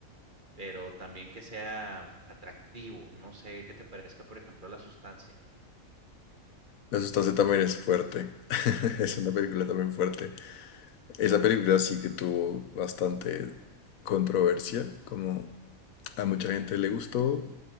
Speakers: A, on the right; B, on the left.
A: pero también que sea atractivo. No sé qué te parezca, por ejemplo, la sustancia.
B: La sustancia también es fuerte. <laughs> Es una película también fuerte. Esa película sí que tuvo bastante controversia, como a mucha gente le gustó,